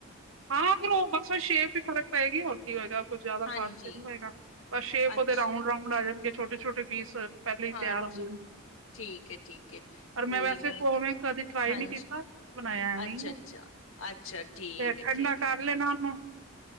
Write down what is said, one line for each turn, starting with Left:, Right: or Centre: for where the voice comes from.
Right: ਹਾਂ ਫੇਰ ਉਹ ਬਸ ਸ਼ੇਪ ਵੀ ਫ਼ਰਕ ਪਏਗੀ ਹੋਰ ਕੀ ਹੋਏਗਾ। ਕੁਝ ਜਿਆਦਾ
Left: ਹਾਂਜੀ
Right: ਖਾਸ ਤੇ ਨੀ ਹੋਏਗਾ ਪਰ ਸ਼ੇਪ
Left: ਅੱਛ
Right: ਉਹਦੇ ਰਾਂਡ ਰਾਉਂਡ ਆ ਜਾਂ ਕੇ ਛੋਟੇ ਛੋਟੇ ਪੀਸ ਪਹਿਲੇ ਹੀ
Left: ਹਾਂ
Right: ਤਿਆਰ ਆ
Left: ਠੀ
Right: ਜਾਣਗੇ
Left: ਠੀਕ ਹੈ, ਠੀਕ ਹੈ
Right: ਪਰ
Left: ਕੋਈ
Right: ਮੈਂ ਵੈਸੇ
Left: ਨੀ
Right: ਉਵੇਂ ਕਦੀ ਟਰਾਈ
Left: ਹਾਂਜੀ
Right: ਨਹੀਂ ਕੀਤਾ ਬਣਾਇਆ ਐਵੇਂ
Left: ਅੱਛਾ-ਅੱਛਾ
Right: ਹੀ ਹੈ।
Left: -ਅੱਛਾ ਠੀਕ
Right: ਫੇਰ
Left: ਏ।
Right: ਠੰਡਾ
Left: ਠੀਕ ਏ
Right: ਕਰ ਲੈਨਾ। ਹ